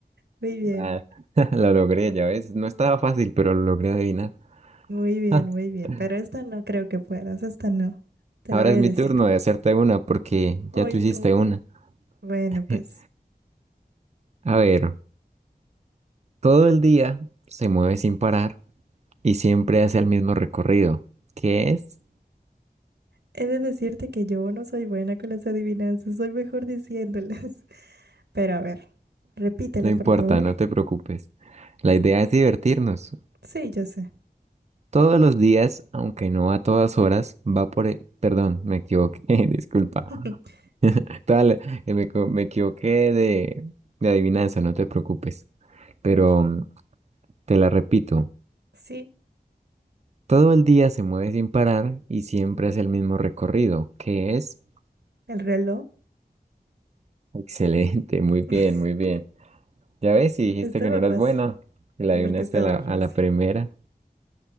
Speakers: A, on the right (about 90°); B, on the right (about 40°).
A: muy bien,
B: Ah, <laughs> lo logré, ya ves. No estaba fácil, pero lo logré adivinar.
A: muy bien,
B: <laughs>
A: muy bien. Pero esta no creo que puedas, esta no. Te
B: Ahora
A: la voy
B: es
A: a
B: mi
A: decir.
B: turno de hacerte una porque
A: Ay,
B: ya tú hiciste
A: no.
B: una.
A: Bueno,
B: <laughs>
A: pues
B: A ver, todo el día se mueve sin parar y siempre hace el mismo recorrido. ¿Qué es?
A: he de decirte que yo no soy buena con las adivinanzas, soy mejor diciéndolas. <laughs> Pero a ver, repítela,
B: No importa,
A: por favor.
B: no te preocupes. La idea es divertirnos.
A: Sí, yo sé.
B: Todos los días, aunque no a todas horas, va por... e- Perdón, me equivoqué, <laughs> disculpa.
A: <laughs>
B: Tal, eh, me, co- me equivoqué de, de adivinanza, no te preocupes. Pero
A: Ok.
B: mm, te la repito.
A: Sí,
B: Todo el día se mueve sin parar y siempre es el mismo recorrido, que es
A: el reloj.
B: <laughs> excelente, muy bien,
A: <laughs>
B: muy bien. Ya ves, si dijiste
A: Estaba
B: que no eras
A: fácil,
B: buena, y la
A: porque
B: adivinaste
A: estaba
B: a la, a
A: fácil.
B: la primera.